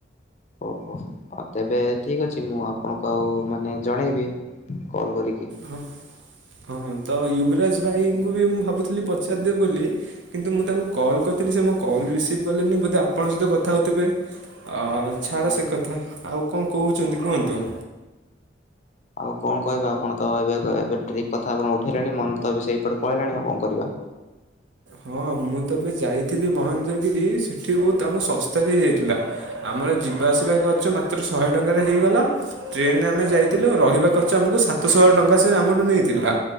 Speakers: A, on the left; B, on the right.
A: ଓହୋ। ଆଉ ତେବେ ଠିକ ଅଛି ମୁଁ ଆପଣଙ୍କୁ ଆଉ ମାନେ ଜଣେଇବି କଲ୍ କରିକି।
B: ହ ହଁ ତ ୟୁବରାଜ ଭାଇଙ୍କୁ ବି ମୁଁ ଭାବୁଥିଲି ପଚାରିଦେବି ବୋଲି। କିନ୍ତୁ ମୁଁ ତାଙ୍କୁ କଲ୍ କରିଥିଲି ସେ ମୋ କଲ୍ ରିସିଭ୍ କଲେନି ବୋଧେ ଆପଣଙ୍କ ସହିତ କଥା ହେଉଥିବେ। ଅ
A: ହଁ।
B: ଛାଡ ସେ କଥା, ଆଉ କଣ କହୁଛନ୍ତି କୁହନ୍ତୁ।
A: ଆଉ କଣ କହିବା ଆପଣ ତ ଏବେ ଏବେ ଟ୍ରିପ୍ କଥା ଆପଣ ଉଠେଇଲେଣି, ମମି ତ ଏବେ ସେଇପଟ ପଳେଇଲେଣି ଆଉ କଣ କରିବା।
B: ହଁ ମୁଁ ତ ଏବେ ଯାଇଥିଲି ମହେନ୍ଦ୍ର ଗିରି ସେଠି ବହୁତ ଆମକୁ ଶସ୍ତାରେ ହେଇ ଯାଇଥିଲା। ଆମର ଯିବା ଆସିବା ଖର୍ଚ୍ଚ ମାତ୍ର ଶହେ ଟଙ୍କାରେ ହେଇଗଲା। ଟ୍ରେନରେ ଆମେ ଯାଇଥିଲୁ ରହିବା ଖର୍ଚ୍ଚ ଆମକୁ ସାତ ଶହ ଟଙ୍କା ସେ ଆମଠୁ ନେଇଥିଲା।